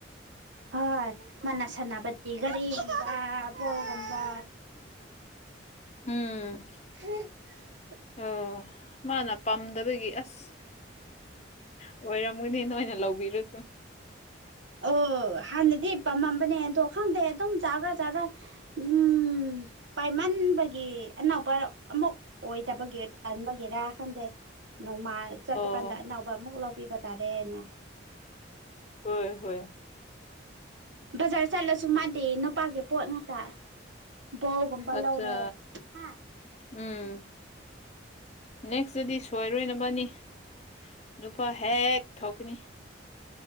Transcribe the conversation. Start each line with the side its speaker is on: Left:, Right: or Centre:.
Right: ꯍꯣꯏ ꯃꯥꯅ ꯁꯥꯟꯅꯕꯗꯤ ꯒꯥꯔꯤꯒꯨꯝꯕ ꯕꯣꯜꯒꯨꯝꯕ
Left: <unintelligible> ꯎꯝ
Right: ꯍ <inaudible>
Left: ꯑꯣ ꯃꯥꯅ ꯄꯥꯝꯗꯕꯒꯤ ꯑꯁ ꯑꯣꯏꯔꯝꯃꯨꯅꯦ ꯅ ꯑꯣꯏꯅ ꯂꯧꯕꯤꯔꯨꯁꯨ
Right: ꯑꯣ ꯍꯥꯟꯅꯗꯤ ꯄꯥꯝꯃꯝꯕꯅꯦ ꯑꯗꯣ ꯈꯪꯗꯦ ꯑꯗꯨꯝ ꯆꯥꯔ꯭ꯔꯥ ꯆꯥꯕꯔꯥ ꯎꯝ ꯄꯥꯏꯃꯟꯕꯒꯤ ꯑꯅꯧꯕ ꯑꯃꯨꯛ ꯑꯣꯏꯗꯕꯒꯤꯦ ꯇꯟꯕꯒꯤꯦꯔꯥ ꯈꯪꯗꯦ ꯅꯣꯡꯃꯥꯜ ꯆꯠꯄ
Left: ꯑꯣ
Right: ꯀꯥꯟꯗ ꯑꯅꯧꯕ ꯑꯃꯨꯛ ꯂꯧꯕꯤꯕ ꯇꯥꯔꯦꯅ
Left: ꯍꯣꯏ ꯍꯣꯏ
Right: ꯕꯖꯥꯔ ꯆꯠꯂꯁꯨ ꯃꯥꯗꯤ ꯅꯨꯄꯥꯒꯤ ꯄꯣꯠ ꯉꯥꯛꯇ ꯕꯣꯒꯨꯝꯕ
Left: ꯑꯠꯆꯥ
Right: ꯂꯧꯔꯦ ꯍꯥ
Left: ꯎꯝ ꯅꯦꯛꯁꯇꯗꯤ ꯁꯣꯏꯔꯣꯏꯅꯕꯅꯤ ꯅꯨꯄꯥ ꯍꯦꯛ ꯊꯣꯛꯀꯅꯤ